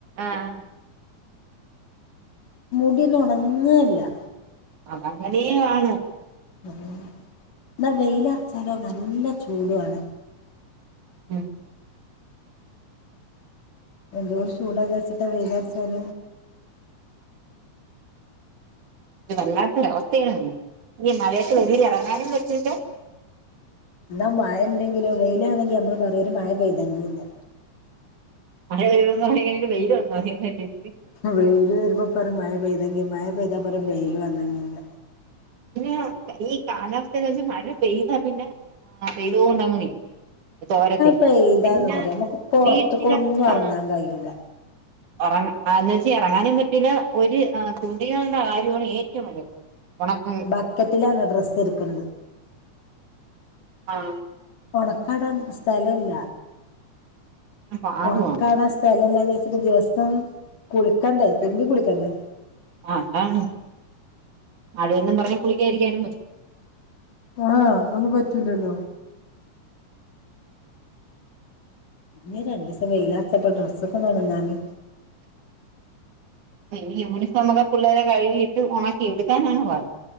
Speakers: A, on the right; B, on the left.
A: ആഹ്
B: മുടിന്നും ഓണങ്ങേല്ല.
A: അതങ്ങനെയാണ്
B: എന്നാ വെയില് അറച്ചാലോ നല്ല ചൂടുംആണ്.
A: ഉം
B: എന്തോര് ചൂടാ വിചാര്ച്ച്ട്ടാ വെയിൽ അർച്ചാൽ
A: ഇത് വല്ലാത്തൊര് അവസ്ഥയാണ് ഈ മഴയെത്ത് വെളിയിൽ എറങ്ങാനും പറ്റില്ല
B: ഇന്നാ മഴ ഇല്ലെങ്കിലോ വെയിലാണെങ്കി നമ്മെൾ പറിം ഒര് മഴ പെയ്തെങ്കിന്ന്
A: മഴ പെയ്യും ന്ന് പറഞ്ഞിട്ട് വെയില് വന്നു <unintelligible>
B: വെല് വരുമ്പോ പറും മഴ പെയ്തെങ്കി മഴ പെയ്താപ്പറിം വെയിയില് വന്നെങ്കിൽ.
A: പിന്നെ ഈ കാലാവസ്ഥെന്ന് വെച്ചാ മഴ പെയ്താ പിന്നെ ആഹ് പെയ്ത് കൊണ്ട് അങ്ങ് നി തോരത്തി
B: പെയ്താന്നറിയോ
A: പിന്നെ
B: നമുക്ക് പൊറത്ത്ക്കൊന്നും
A: വീട്ടിലെ കാണാ
B: എറങ്ങാൻ കഴിയൂല
A: ഉറങ്ങന്ന് വെച്ചാ ഇറങ്ങാനും പറ്റുല്ല ഒരു തുണികളുടെ കാര്യമാണ് ഏറ്റവും വല്ല ഉണ
B: ബക്കറ്റിലാണ് ഡ്രസ്സ് ഇര്ക്ക്ണെത്
A: ആഹ്
B: ഒണക്കാടാം സ്ഥല ഇല്ല
A: പാടുവാണ്
B: ഓണക്കാടാൻ സ്ഥലംല്ലാ ച്ചിട്ട്. ദിവസം കുളിക്കണ്ടേ തിരിബിം കുളിക്കണ്ടെ?
A: ആ അതാണ് മായെന്നും പറഞ് കുളിക്കായിരിക്കാനും പറ്റി
B: ആ ഒന്നും പറ്റൂലല്ലോ? ഇനി രണ്ട്സം വെയില് അർച്ചപ്പം ഡ്രസ്സ് ഒന്ന് ഓണങ്ങാന്ന്.
A: ഓഹ് ഈ യൂണിഫോമൊക്കെ പുള്ളാരെ കഴ്കിയിട്ട് ഒണക്കി എടുക്കാനാണ് പാട്